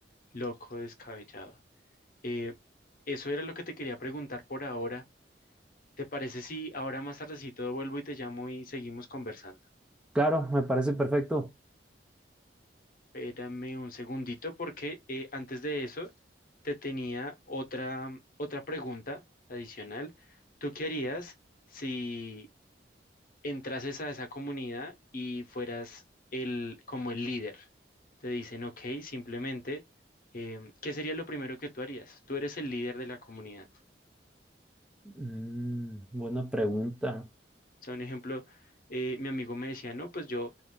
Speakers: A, on the left (about 50°); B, in the centre.
A: loco, descabellado. Eh, eso era lo que te quería preguntar por ahora. ¿Te parece si ahora más tardecito vuelvo y te llamo y seguimos conversando?
B: Claro, me parece perfecto.
A: Espérame un segundito porque eh, antes de eso te tenía otra, otra pregunta adicional. ¿Tú qué harías si entrases a esa comunidad y fueras el, como el líder? Te dicen, ok, simplemente, em, ¿qué sería lo primero que tú harías? Tú eres el líder de la comunidad.
B: Mm, buena pregunta.
A: O sea, un ejemplo, eh, mi amigo me decía, no, pues yo